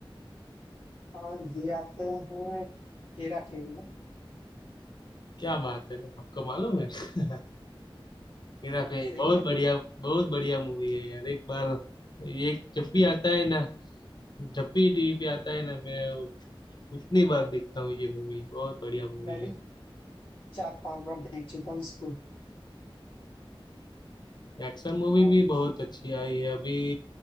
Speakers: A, on the left; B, on the left.
A: हाँ ये आते हैं हेरा फेरी में
B: क्या बात है आपको मालूम है <laughs> हेरा फेरी
A: सही
B: बहुत
A: है
B: बढ़िया बहुत बढ़िया मूवी है यार एक बार ये जब भी आता है ना जब भी टीवी पे आता है ना मैं उतनी बार देखता हूँ ये मूवी बहुत बढ़िया मूवी
A: मैं भी
B: है
A: चार पांच बार देख चुका हूँ इसको
B: एक्शन मूवी
A: बहुत
B: भी
A: अच्छी
B: बहुत अच्छी आई है अभी